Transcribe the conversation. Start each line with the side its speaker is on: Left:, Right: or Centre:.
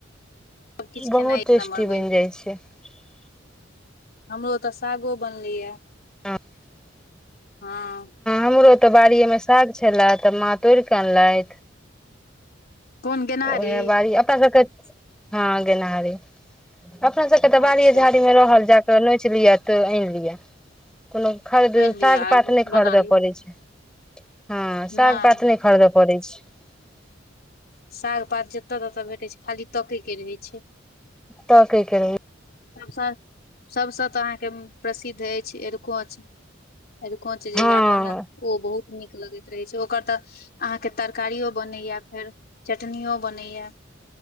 Left: सबकिछु
Centre: बहुत
Left: खेनाइ एक
Centre: टेस्टी
Left: नम्बर
Centre: बनि जाइ छै। <unintelligible>
Left: हमरो ओ तऽ सागो बनलैए। <unintelligible>
Centre: हँ। <unintelligible>
Left: हँ। <unintelligible>
Centre: हमरो तऽ बाड़ीें साग छले आ मा तोड़िके अनलथि।
Left: कोन गेनहारी
Centre: तऽ ओह बी अप सब। हँ गेनाहरीी। <unintelligible> अपना सबके तऽ बाड़िए
Left: अच्छा
Centre: झाड़ी मे रहल जा। तऽ नोच लियअ तऽ आनि लिअ। <unintelligible> कोनो खरीद
Left: आनि लिअ
Centre: साग
Left: आबू
Centre: पात नहि खरीदय
Left: बना लिअ
Centre: पड़ैत छै। <unintelligible> हँ साग
Left: नहि
Centre: पात न खरीद। परज। <unintelligible>
Left: साग पात जतय ततय भेटै छै खाली तकयके रहै छै। <unintelligible>
Centre: त क करबै।
Left: सबसँ- सबसँ तऽ अहाँके। के प्रसिद्ध अछि आरको अछि। <unintelligible> आर कोनच जे
Centre: हँ
Left: ह बन ओ बहुत। नीक लगैत रहै छै ओकर तऽ। अहाँके तरकारियो बनैया। फेर चटनियो बनैए।